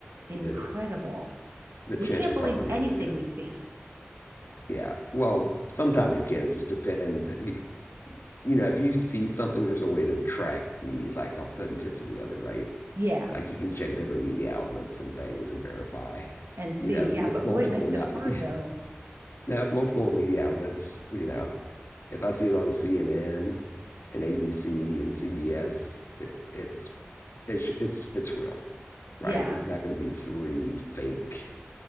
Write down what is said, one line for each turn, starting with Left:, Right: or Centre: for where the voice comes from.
Right: incredible.
Left: yeah. The the
Right: We
Left: chance
Right: can't
Left: for
Right: believe
Left: propaganda.
Right: anything
Left: Yeah.
Right: we see.
Left: Yeah. Well, sometimes you can. It just depends. If you, you know, if you see something, there's a way to track the like authenticity of it, right?
Right: Yeah.
Left: Like you can check different media outlets and things and verify.
Right: And see.
Left: You know, if,
Right: Yeah, but
Left: if multiple
Right: boy, it makes
Left: mou-
Right: it hard
Left: <laughs>
Right: though.
Left: Now, if multiple media outlets, you know, if I see it on CNN and ABC and CBS, it, it's it's it's it's real, right?
Right: Yeah.
Left: There's not going to be three fake